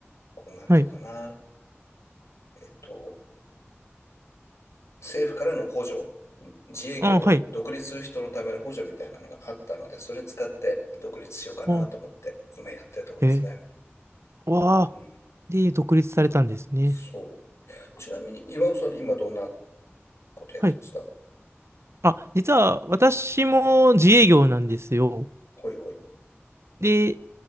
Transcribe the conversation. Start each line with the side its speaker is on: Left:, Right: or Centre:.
Left: こうなんていうのかな、
Right: はい。
Left: えっと、政府からの補助自営業、
Right: あはい。
Left: 独立する人のための補助みたいなのがあったので、それ使って独立しようかなと思って、
Right: あ
Left: 今やってるところですね。
Right: えー、わあ。
Left: うん。
Right: で、独立されたんですね。
Left: そう。ちなみに、岩尾さんって今どんなことやってるんですか
Right: はい。あ、実は私も自営業なんですよ。
Left: ほいほい。
Right: で、